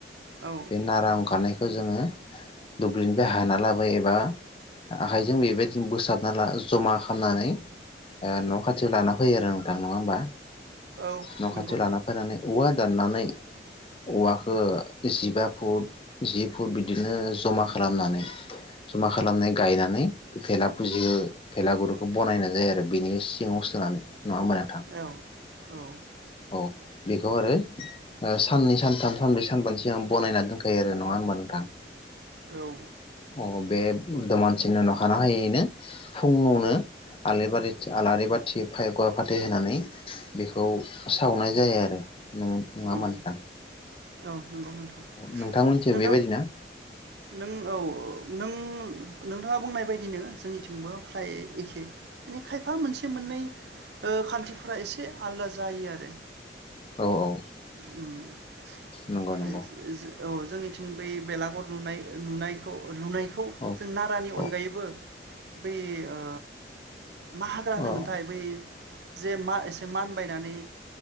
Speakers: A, on the right; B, on the left.
A: औ
B: बे नारा ओंखारनायखौ जोङो दुब्लिनिफ्राय हाना लाबोयो एबा आखाइजों बेबायदिनो बोसाबना ला जमा खालामनानै न' खाथियाव लाना फैयो नोंथां। नङा होमबा?
A: औ
B: न' खाथियाव
A: नंगौ
B: लाना फैनानै औवा दाननानै औवाखो जिबा फुट जि फुट बिदिनो जमा खालामनानै जमा खालामनाय गायनानै भेला फुजियो भेलागुरखौ बनायनाय जायो आरो बिनि सिङाव सोनानै। नङा होनबा नोंथां?
A: औ औ
B: औ बेखौ आरो साननै सानथाम सानब्रै सानबानि सिगां बनायनानै दोनखायो आरो नङा होमबा नोंथां?
A: औ
B: अ बे दमासिनि अखानायैनो फुङावनो आलेबारि-आलारि बाथि फाय गव फाथै होनानै बेखौ सावनाय जायो आरो। नङा
A: उम
B: होनबा नोंथां?
A: औ नंगौ नोंथां
B: नोंथांमोनथिं
A: नोंथां
B: बेबायदिना
A: नों औ औ नों नोंथाङा बुंनाय बेबायदिनो जोंनिथिंबो फ्राय एखे माने खायफा मोनसे मोननै ओ खान्थिफोरा एसे आलादा जायो आरो।
B: औ औ
A: उम <unintelligible>
B: नंगौ नंगौ
A: औ जोंनिथिं बै बेलागर नुनाय नुनायखौ लुनाय खौ
B: औ
A: जों नारानि
B: औ
A: अनगायैबो बेै ओ मा हाग्रा होनोमोनथाय
B: औ
A: बै जे मा एसे मानबायनानै